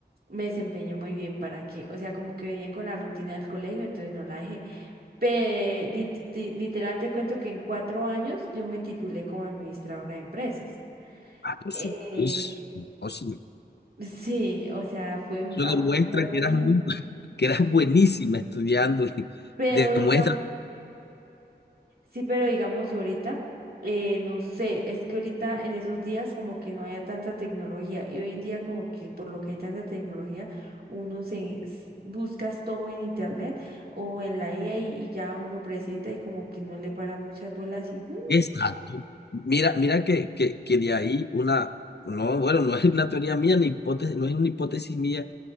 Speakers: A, on the right; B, on the left.
A: me desempeñé muy bien, ¿para qué? O sea, como que venía con la rutina del colegio, entonces no la dejé. Pe- lit- ti- literal te cuento que en cuatro años yo me titulé como administradora de empresas.
B: Ah, por supuesto.
A: Eh,
B: O sea,
A: <laughs> sí, o sea, fue,
B: Eso
A: a
B: demuestra
A: mí me fue re
B: que eras
A: bien.
B: muy, <laughs> que eras
A: sí,
B: buenísima estudiando. y
A: Pero
B: Demuestra.
A: digamos... Sí, pero digamos ahorita, eh, no sé, es que ahorita en esos días como que no haya tanta tecnología y hoy en día como que por lo que hay tanta tecnología, uno se s- buscas todo en internet o en la IA y, y ya uno presenta y como que no le para muchas bolas y "Mm,
B: Exacto. Mira, mira que, que, que de ahí una, no, bueno, no es una teoría mía, ni hipótesis, no es una hipótesis mía,